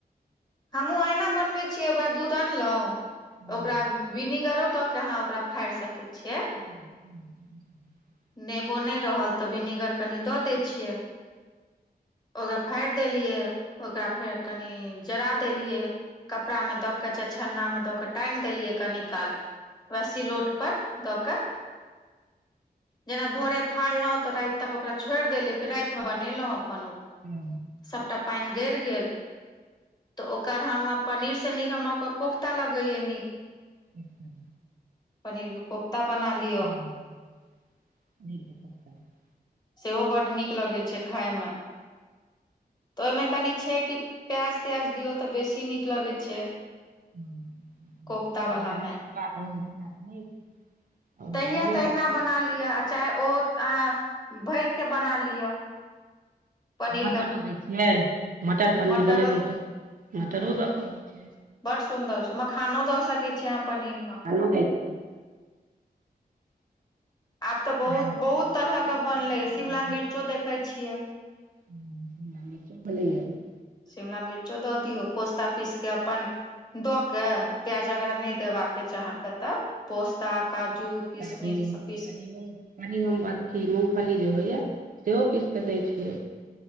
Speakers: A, on the left; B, on the right.
A: हमहुँ अहिना बनबै छियै ओकरा दूध अनलहुँ
B: छियै
A: ओकरा बिनेगरो दऽ के अहाँ ओकरा फाड़ि सकैत छियै
B: <inaudible>
A: नेबो नहि रहल तऽ विनेगर कनि दऽ दै छियै। ओकरा फाड़ि देलियै ओकरा फेर कनि जरा देलियै कपड़ा में दऽ के चाहे छन्ना मे दऽ के टाँंग देलियै कनी काल वएह सिलौट पर दऽ कऽ जेना भोरे फाड़लहुँ तऽ राति तक ओकरा छोड़ि देलौ फेर रातिमे बनेलहुँ अपन ओ
B: हू
A: सबटा पानि गर गेल तऽ ओकर हम पर से नीक हमरा ओकर कोफ्ता लगैयो नीक
B: अचछा
A: पनीर के कोफ्ता बना लिआ
B: <inaudible>
A: सेहो बड्ड नीक लगै छै खााय मे तऽ ओएमे कनी छै कि प्याज त्याज दियौ तऽ बेसी नीक लगै छै।
B: <unintelligible>
A: कोफ्ता वलामे
B: ओना
A: तहिया
B: बनेलहुँ
A: तहिना बना लिअ आ चाहे ओ अहाँ भर के बना लिअ पनीर
B: मटर
A: के
B: बनेलीए दै छियै मटर पनीर
A: मटरो
B: बनेलहुँ तऽ मटरो दऽ केऽ होइ छै
A: बड़ सुन्दर छै मखानो दऽ सकैत छीयै अहाँ पनीर मे
B: <unintelligible>
A: आब तऽ बहुत
B: साग
A: बहुत तरह
B: बहुत
A: के बनले
B: तरहके भऽ
A: शिमला
B: गेलैए
A: मिर्चो देखे छिये
B: <unintelligible>
A: शिमला मिर्चो दऽ दियौ पोस्तता पीस कऽ अपन दऽ क प्याज अगरा नहि देबाका के चाहित त पोस्ता काजू किशमिश
B: काजू
A: ई सब पीस
B: कनि मूंग कनि हम अथी मूँगफली जे होइएा सेहो पीस कऽ दैत छियै